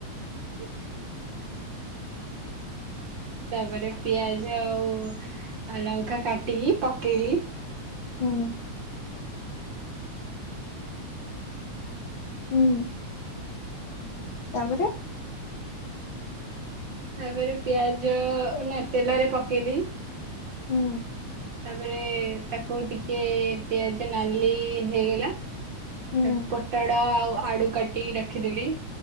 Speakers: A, on the right; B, on the left.
A: <unintelligible> ତାପରେ ପିଆଜ ଆଉ ଲଙ୍କା କାଟିକି ପକେଇଲି।
B: ହୁଁ ହୁଁ ତାପରେ
A: ତାପରେ ପିଆଜ ନା ତେଲରେ ପକେଇଲି।
B: ହୁଁ
A: ତାପରେ ତାକୁ ଟିକେ ପିଆଜ ନାଲି ହେଇଗଲା।
B: ହୁଁ
A: ତା ପୋଟଡ ଆଉ ଆଳୁ କାଟି ରଖିଦେଲି।